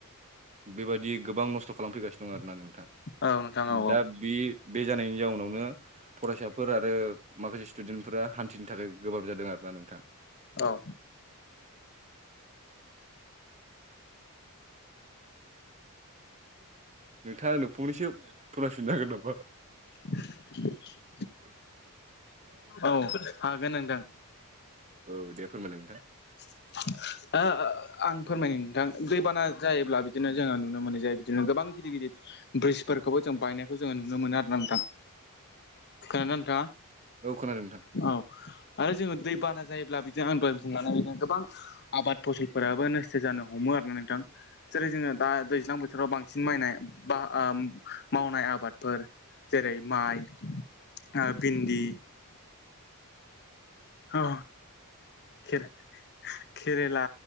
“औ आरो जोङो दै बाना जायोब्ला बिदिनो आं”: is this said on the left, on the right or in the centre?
Left